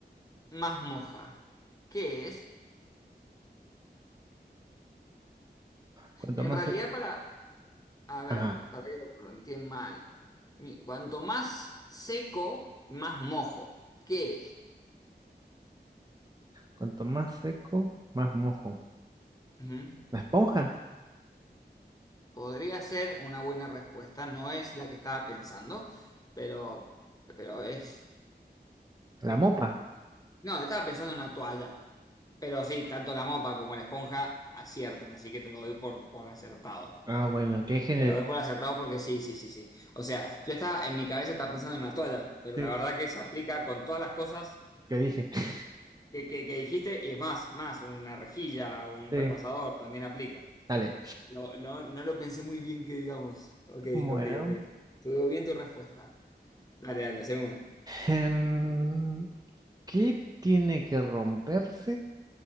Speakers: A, on the left (about 20°); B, on the right (about 20°).
A: más moja. ¿Qué es?
B: Cuanto
A: En
B: más
A: realidad,
B: seco,
A: para, a ver,
B: ajá.
A: para que lo planteé mal. Mi- Cuanto más seco, más mojo. ¿Qué es?
B: Cuanto más seco, más mojo.
A: Ujú.
B: ¿La esponja?
A: Podría ser una buena respuesta, no es la que estaba pensando, pero, pero es.
B: ¿La mopa?
A: No, estaba pensando en una toalla. Pero sí, tanto la mopa como la esponja aciertan, así que te lo doy por, por acertado.
B: Ah, bueno, qué género.
A: Te lo doy por acertado porque sí, sí, sí, sí. O sea, yo estaba en mi cabeza estaba pensando en una toalla, pero
B: Sí,
A: la verdad que se aplica con todas las cosas
B: qué dije. <laughs>
A: que, que- que dijiste y es más, más, una rejilla, un
B: Sí,
A: repasador también aplica.
B: dale.
A: Lo- lo- no lo pensé muy bien que digamos. Ok,
B: Bueno,
A: ok, ok. Estuvo bien tu respuesta. Dale, dale, haceme una.
B: em, ¿qué tiene que romperse